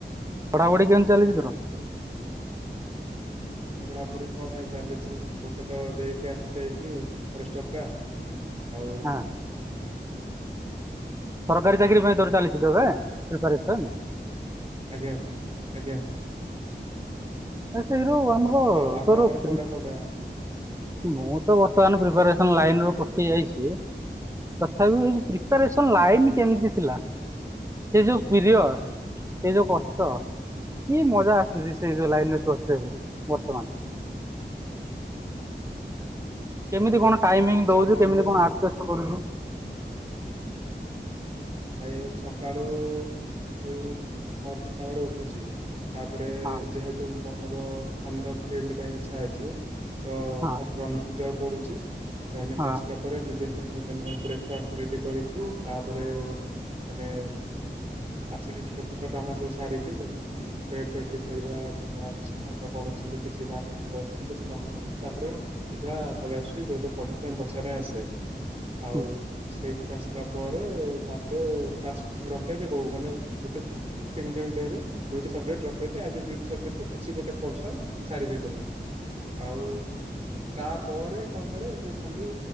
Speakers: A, on the right; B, on the right.
A: ପଢାପଢ଼ି କେମିତି ଚାଲିଚି ତୋର?
B: ପଢାପଢି ହଁ ଭାଇ ଚାଲିଚି ଗୋଟେ ତ ଦେଇକି ଆସି ଯାଇକି ଫରେଷ୍ଟର ଟା ଆଉ
A: ହଁ। ସରକାରୀ ଚାକିରି ପାଇଁ ତୋର ଚାଲି ଥିଲା ପା ପ୍ରିପାରେସନ୍?
B: ଆଜ୍ଞା ଆଜ୍ଞା ଭାଇ।
A: ଆ ସେଇରୁ ଆମର
B: ଆଉ ଆପଣଙ୍କର
A: ତର ଫି
B: କୋଉଟା କୋଉଟା?
A: ମୁଁ ତ ବର୍ତ୍ତମାନ ପ୍ରିପାରେସନ୍ ଲାଇନ୍ ରୁ କଟି ଯାଇଚି ତଥାପି ପ୍ରିପାରେସନ୍
B: ହଁ
A: ଲାଇନ୍ କେମିତି ଥିଲା ସେ ଯୋଉ ପିରିୟଡ଼ ସେ ଯୋଉ କଷ୍ଟ କି ମଜା ଆସୁଚି ସେଇ ଯୋଉ ଲାଇନ ରେ <unintelligible> ହବ ବର୍ତ୍ତମାନ।
B: ହଁ
A: କେମିତି
B: ଭାଇ
A: କଣ ଟାଇମିଂ
B: ଯାହା
A: ଦଉଚୁ
B: କହିଲେ
A: କେମତି କଣ ଆଡଜଷ୍ଟ କରୁଚୁ।
B: ଭାଇ ସକାଳୁ ସେଇ ମର୍ଣିିଂ ଆୱାରରେ ଉଠୁଚି। ତାପରେ
A: ହଁ
B: ଯେହେତୁ ମୋର ଅନ୍ୟ ଫିଲ୍ଡ ପାଇଁ ଇଛା ଅଛି। ତ
A: ହଁ
B: ଫାଷ୍ଟ ରନିଙ୍ଗ ଯିବାକୁ ପଡୁଚି ରନିଂ
A: ହଁ
B: ଆସିଲା ପ ନିଜେ ହିଁ ମାନେ ବ୍ରେକ୍ଫାଷ୍ଟ ରେଡି କରିକି ତାପରେ ମାନେ ଆସିକି ଘର କାମ ସବୁ ସାରିକି ଯେମିତି କି ବେଡ଼ ଫେଡ଼ ଠିକ କରିବା କିବା। ଅନ୍ୟ କୌଣସି କିଛି କାମ ଥିବ ସେ କାମ ସାରିକି ତାପରେ ସିଧା ପଳେଇଆସୁଚି ଯୋଉଠି ପଢିବା ପାଇଁ ବସିବା ପାଇଁ ଆସେ ଆଉ
A: ହୁଁ
B: ସେଇଠିକି ଆସିଲା ପରେ ଏଁ ତାପରେ ଫାଷ୍ଟ ରଖେଇଦବୁ ମାନେ ଗୋଟେ ଟିମଟିମ ଡେ ରେ ଡିଉଟି ସରିଯାଏ ପ୍ରୋଟେକ ଆଜି ଡିଉଟି ସର୍ଭେଣ୍ଟ କିଛି ଗୋଟେ ପର୍ସନ୍ ସାରିିବି କହିକି ଆଉ ତାପରେ କଣ କରେ ଯେ ଖାଲି